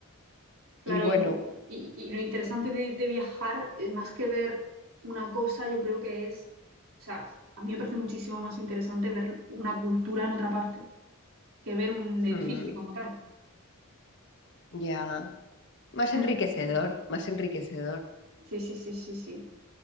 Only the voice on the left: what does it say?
y bueno,
mm,
ya, más
enriquecedor, más enriquecedor,